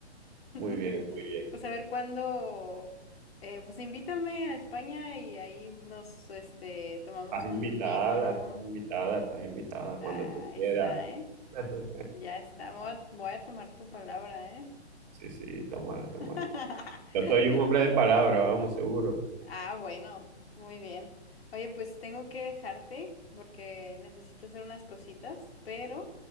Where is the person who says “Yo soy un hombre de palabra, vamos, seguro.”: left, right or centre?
Right